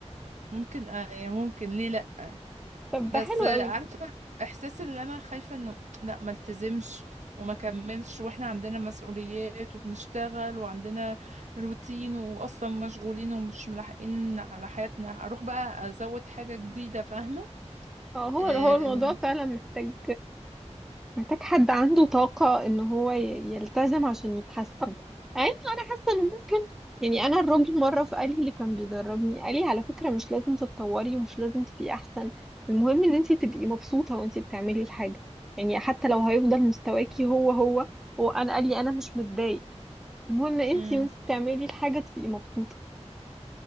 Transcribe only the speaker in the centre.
طب
ده حلو
قوي
اه هو
هو الموضوع فعلا محتاج محتاج حد عنده طاقة ان هو ي- يلتزم عشان يتحسن يعني انا حاسة ان ممكن يعني انا الراجل مرة فقال لي اللي كان بيدربني قال لي على فكرة مش لازم تتطوري ومش لازم تبقي احسن المهم ان انت تبقي مبسوطة وانت بتعملي الحاجة يعني حتى لو هيفضل مستواكي هو هو هو انا قال لي انا مش متضايق المهم انت
وانت بتعملي الحاجة تبقي مبسوطة